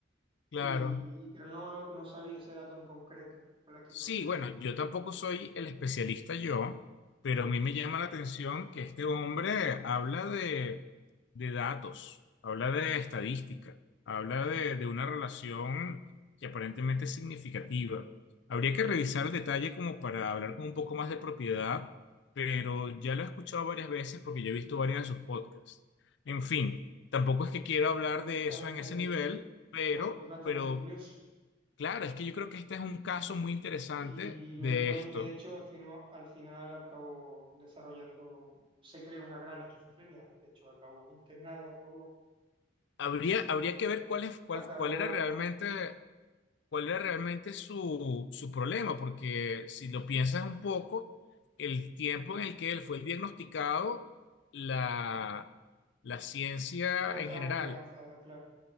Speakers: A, on the left; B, on the right.
A: claro.
B: y, y- pero no lo, no sabía ese dato en concreto con la esquizofrenia.
A: Sí, bueno, yo tampoco soy el especialista yo, pero a mí me llama la atención que este hombre habla de, de datos, habla de estadística, habla de, de una relación que aparentemente es significativa. Habría que revisar el detalle como para hablar con un poco más de propiedad, pero ya lo he escuchado varias veces porque yo he visto varios de sus podcasts. En fin, tampoco es que quiero hablar
B: Bastante,
A: de eso en ese nivel, pero,
B: no, pero bastante
A: pero
B: curioso.
A: Claro, es que yo creo que este es un caso muy interesante
B: Y Lois
A: de
B: Wayne,
A: esto.
B: de hecho, al final, al final acabó desarrollando, se crea una gran esquizofrenia. De hecho, acabó internado, acabó,
A: Habría, habría que ver cuál es, cuál,
B: acabó,
A: cuál era realmente, cuál era realmente su, su problema, porque si lo piensas un poco, el tiempo en el que él fue diagnosticado, la, la ciencia
B: no estaba
A: en general,
B: muy avanzada, claro,